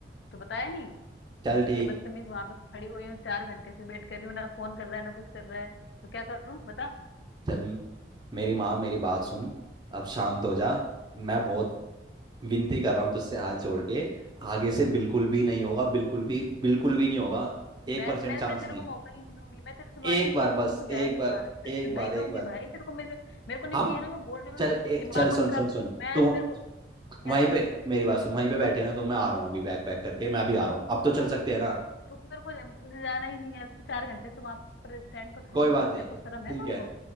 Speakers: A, on the left; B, on the right.
A: तो बताया नहीं
B: चल ठीक
A: ये बदतमीज वहां पे खड़ी हुई हूँ चार घंटे से वेट कर रही हूँ ना फोन कर रहा है ना कुछ कर रहा है तो क्या करूँ बता
B: चल मेरी माँ मेरी बात सुन अब शांत हो जा मैं बहुत विनती कर रहा हूँ तुझसे हाथ जोड़ के आगे से बिल्कुल भी नहीं होगा बिल्कुल भी बिल्कुल भी नहीं होगा एक
A: मैं
B: परसेंट
A: मैं
B: चांस
A: मैं तेरे
B: नहीं
A: को मौका ही नहीं दूंगी मैं तेरे से बात
B: एक
A: ही नहीं
B: बार
A: करूंगी
B: बस
A: तो तू जाएगा
B: एक बार
A: कहाँ
B: एक
A: से
B: बार
A: नहीं
B: एक
A: दूंगी
B: बार
A: भाई तेरे को मेरे मेरे को नहीं
B: हम
A: चाहिए ना मैं बोल रही हूँ
B: चल
A: ना तू मेरा
B: ए,
A: दिमाग
B: चल सुन
A: मत खराब
B: सुन
A: कर
B: सुन
A: मैं
B: तू
A: मेरे को क्या
B: वहीं पे
A: है
B: मेरी बात सुन वहीं पे बैठे ना तो मैं आ रहा हूँ अभी बैग पैक करके मैं अभी आ रहा हूँ अब
A: तू
B: तो चल सकते
A: तू
B: हैं ना
A: तू मेरे को मुझे जाना ही नहीं है तो चार घंटे से वहां पर स्टैंड पर खड़ी
B: कोई
A: हुई
B: बात
A: हूँ
B: नहीं
A: तेरे को शर्म
B: ठीक
A: है थोड़ी
B: है
A: बहुत